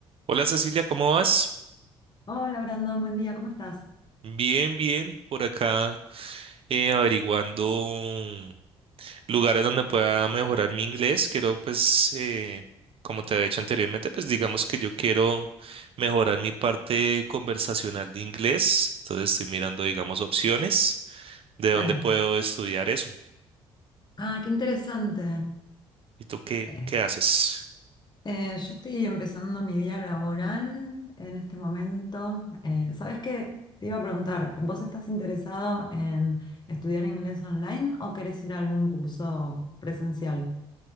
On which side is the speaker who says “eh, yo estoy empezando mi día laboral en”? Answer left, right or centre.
Left